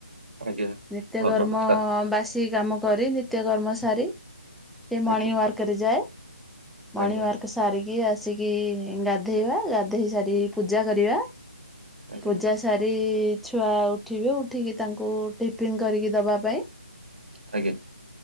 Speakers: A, on the right; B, in the centre.
A: ଆଜ୍ଞା।
B: ନିତ୍ୟକର୍ମ
A: ଭଲ କଥା
B: ବାସି କାମ କରି ନିତ୍ୟକର୍ମ ସାରି। ସେ ମଣିିଂୱାର୍କରେ
A: ଆଜ୍ଞା
B: ଯାଏ ମଣିିଂୱାର୍କ
A: ଆଜ୍ଞା
B: ସାରିକି ଆସ ଆସିକି ଗାଧେଇବା ଗାଧେଇ ସାରି ପୂଜା କରିବା।
A: ଆଜ୍ଞା
B: ପୂଜା ସାରି ଛୁଆ ଉଠିବେ ଉ ଠିକି ତାଙ୍କୁ ଟିଫିନ୍ କରିକି ଦବା ପାଇଁ।
A: ଆଜ୍ଞା